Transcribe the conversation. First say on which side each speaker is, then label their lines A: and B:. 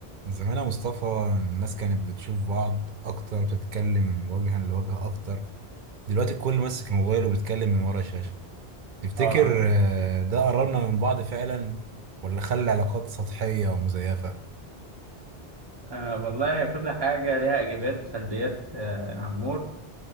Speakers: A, on the right; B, on the right.
A: زمان يا مصطفى الناس كانت بتشوف بعض اكتر بتتكلم وجها لوجه اكتر دلوقتي الكل ماسك موبايله وبيتكلم من ورا الشاشة تفتكر
B: اه
A: آه، ده قربنا من بعض فعلا ولا خلى علاقات سطحية ومزيفة
B: آه، والله كل حاجة ليها إيجابيات وسلبيات آه، يا عمور